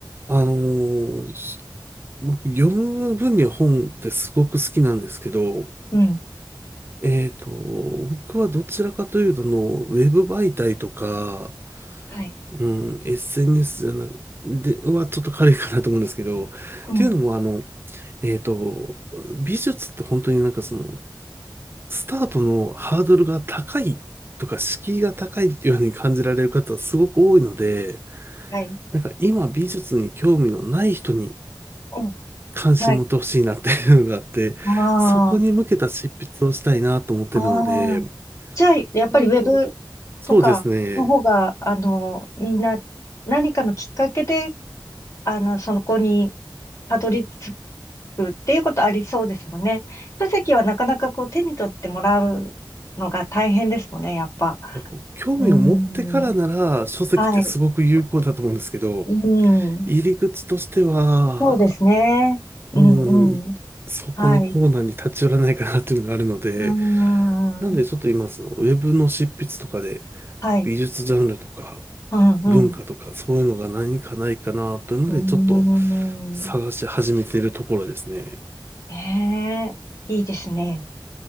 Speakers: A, on the right; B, on the left.
A: あのーす僕読む分には本ってすごく好きなんですけど、
B: うん。
A: えーっと、僕はどちらかというとの、ウェブ媒体とか、
B: はい。
A: うん、SNS じゃなく、で、はちょっと軽いかなと思うんですけど、っていうのもあの、
B: うん。
A: えーっと、美術って本当になんかその、スタートのハードルが高いとか、敷居が高いっていうように感じられる方はすごく多いので、
B: はい。
A: なんか今美術に興味のない人に
B: うん。
A: 関心持ってほしいなっていうのがあって、
B: はい。あ
A: そこに向けた執筆をしたいなと思ってるので、
B: あ。ああ。じゃあ、やっぱりウェブとかの方が、
A: なると、そうですね。
B: あの、みんな何かのきっかけであの、そこにたどり着くっていうことありそうですもんね。書籍はなかなかこう手に取ってもらうのが大変ですもんね、やっぱ。
A: なんかこう興味を持ってからなら書籍ってすごく有効だと思うんですけど、
B: うーん。はい。うん。
A: 入り口としては、
B: そうですね。うん、
A: うん、いそこのコーナーに立ち寄らないかなっていうのがあるので、
B: うん。はい。うー
A: なんでちょっと今そのウェブの執筆とかで
B: ん。はい。
A: 美術ジャンルとか
B: うん、うん。
A: 文化とかそういうのが何かないかなというので、
B: うーん。
A: ちょっと探し始めているところですね。
B: ねえ、いいですね。